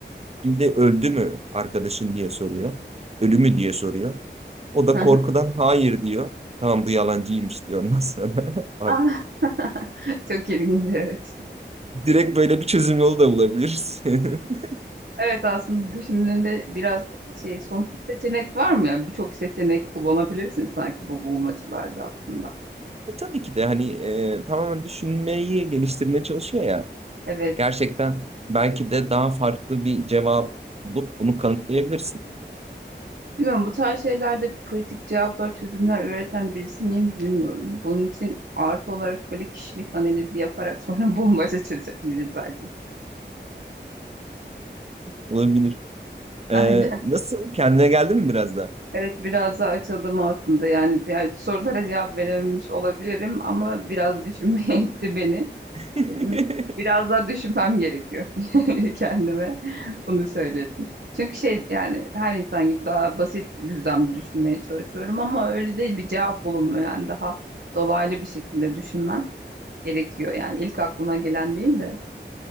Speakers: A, on the right (about 35°); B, on the right (about 60°).
A: Şimdi öldü mü arkadaşın diye soruyor. Ölü mü diye soruyor. O da
B: <laughs>
A: korkudan hayır diyor. Tamam bu yalancıymış diyor ondan sonra. <laughs>
B: Ah. Çok ilginç evet.
A: Direkt böyle bir çözüm yolu da bulabiliriz. <laughs>
B: Evet aslında düşündüğünde biraz şey sonsuz seçenek var mı yani birçok seçenek kullanabilirsin sanki bu bulmacalarda aslında.
A: Tabii ki de hani e, tamamen düşünmeyi geliştirmeye çalışıyor ya.
B: Evet.
A: Gerçekten belki de daha farklı bir cevap bulup bunu kanıtlayabilirsin.
B: Bilmiyorum bu tarz şeylerde pratik cevaplar, çözümler üreten birisi miyim bilmiyorum. Bunun için artı olarak böyle kişilik analizi yaparak sonra <laughs> bulmaca çözebiliriz belki.
A: Olabilir. E,
B: Aynen.
A: nasıl? Kendine geldin mi biraz da?
B: Evet biraz daha açıldım aslında. Yani, yani sorulara cevap verememiş olabilirim ama biraz düşünmeye <laughs> itti beni.
A: <laughs>
B: Dedim biraz daha düşünmem gerekiyor <laughs> kendime. Bunu söyledim. Çünkü şey yani her insan gibi daha basit düzlemde düşünmeye çalışıyorum ama öyle değil bir cevap bulunmuyor yani daha dolaylı bir şekilde düşünmen gerekiyor yani ilk aklına gelen değil de.